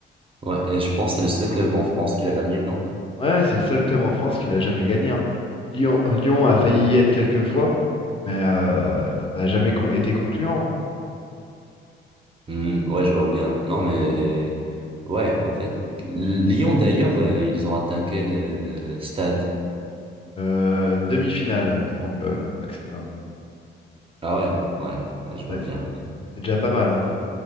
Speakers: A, on the right; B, on the left.
A: Ouais, et je pense que c'est le seul club en France qui l'a gagné, non?
B: Ouais, ouais, c'est le seul club en France qui l'a jamais gagné. hein. Lyon, Lyon a failli y être quelques fois, mais euh, ça n'a jamais con- été concluant. hein.
A: Hmm, ouais, je vois bien. Non, mais ouais, en fait, Lyon d'ailleurs, euh, ils ont atteint quel euh, stade?
B: Euh, demi-finale, hein, il me semble, euh, le maximum.
A: Ah ouais, ouais, ouais, je vois
B: Ouais,
A: bien. <laughs>
B: c'est déjà pas mal, hein.